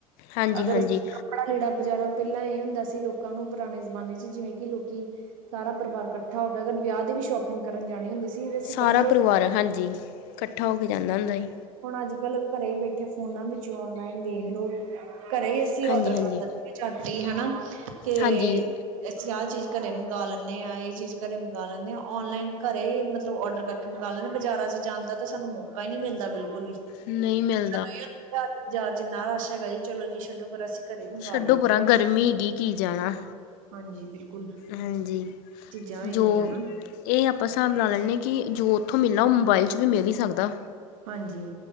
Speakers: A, on the left; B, on the right.
A: ਹਾਂਜੀ
B: ਅਗਰ
A: ਹਾਂਜੀ
B: ਅਸੀਂ ਕੜਾ ਲੀੜਾ ਬਾਜ਼ਾਰਾ ਪਹਿਲਾਂ ਇਹ ਹੁੰਦਾ ਸੀ, ਲੋਕਾਂ ਨੂੰ ਪੁਰਾਣੇ ਜ਼ਮਾਨੇ ਚ ਜਿਵੇਂ ਕਿ ਲੋਕੀ ਸਾਰਾ ਪਰਿਵਾਰ ਇਕੱਠਾ ਹੋ ਕੇ ਅਗਰ ਵਿਆਹ ਦੀ ਵੀ ਸ਼ੋਪਿੰਗ ਕਰਨ ਜਾਣੀ ਹੁੰਦੀ। ਸੀ ਤਾਂ ਅਸੀਂ
A: ਸਾਰਾ
B: ਇਕੱਠੇ ਹੋ
A: ਪਰਿਵਾਰ, ਹਾਂਜੀ ਇਕੱਠਾ ਹੋ ਕੇ ਜਾਂਦਾ ਹੁੰਦਾ ਹੀ।
B: ਹੁਣ ਅੱਜ-ਕੱਲ੍ਹ ਘਰੇ ਬੈਠੇ ਫੋਨਾਂ ਵਿੱਚ ਔਨਲਾਈਨ ਦੇਖਲਓ, ਘਰੇ ਹੀ ਅਸੀਂ ਔਡਰ
A: ਹਾਂਜੀ ਹਾਂਜੀ
B: ਕਰ ਦ ਚਦੀ ਹਨਾ ਕਿ
A: ਹਾਂਜੀ
B: ਅਸੀਂ ਆਹ ਚੀਜ਼ ਘਰੇ ਮੰਗਵਾ ਲੈਂਦੇ ਹਾਂ, ਇਹ ਚੀਜ਼ ਘਰੇ ਮੰਗਗਾਵਾ ਲੈਂਦੇ ਹਾਂ ਔਨਲਾਈਨ ਘਰੇ ਮਤਲਬ ਔਡਰ ਕਰ ਮੰਕਾ ਲਦੇ ਬਾਜ਼ਾਰਾਂ ਚ ਜਾਂਣ ਦਾ, ਤੇ ਸਾਨੂੰ ਮੌਕਾ ਹੀ ਨਹੀ ਮਿਲਦਾ ਬਿਲਕੁਲ ਵੀ।
A: ਨਹੀਂ ਮਿਲਦਾ।
B: ਸਾਨੂੰ ਇਹ ਜਾਚ ਇੰਨਾ ਰਸ਼ ਹੈਗਾ ਜੀ ਚਲੋ ਜੀ ਛੱਡੋ ਪਰ ਅਸੀਂ ਘਰੇ ਮੰਗਵਾ
A: ਛੱਡੋ,
B: ਲੈਂਦੇ
A: ਪਰਾ
B: ਹਾਂ।
A: ਗਰਮੀ ਹੈਗੀ ਕੀ ਜਾਣਾ।
B: ਹਾਂਜੀ ਬਿਲਕੁਲ
A: ਹਾਂਜੀ,
B: ਚੀਜ਼ਾਂ ਹੋ
A: ਜੋ
B: ਜਾਂਦੀਆਂ ਨਾ
A: ਇਹ ਆਪਾਂ ਹਿਸਾਬ ਲਾ ਲੈਂਦੇ ਹਾਂ, ਕਿ ਜੋ ਉੱਥੋਂ ਮਿਲਣਾ ਉਹ ਮੋਬਾਇਲ 'ਚ ਵੀ ਮਿਲ ਹੀ ਸਕਦਾ।
B: ਹਾਂਜੀ